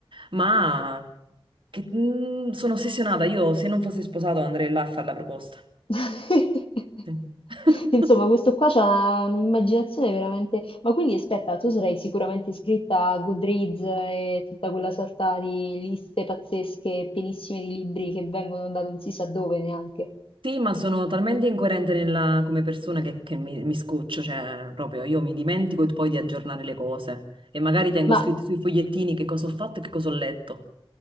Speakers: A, on the right; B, on the left.
A: ma che- mm, sono ossessionata, io se non fossi sposato andrei là a fare la proposta.
B: <laughs>
A: Sì, <laughs>
B: Insomma, questo qua c'ha un'immaginazione veramente... Ma quindi aspetta, tu sarai sicuramente iscritta a Goodreads e tutta quella sorta di liste pazzesche, pienissime di libri che vengono da non si sa dove neanche.
A: Sì, ma sono talmente incoerente nella- come persona che, che mi, mi scoccio, cioè proprio io mi dimentico poi di aggiornare le cose e magari tengo
B: Ma,
A: scritti sui fogliettini che cosa ho fatto e che cosa ho letto.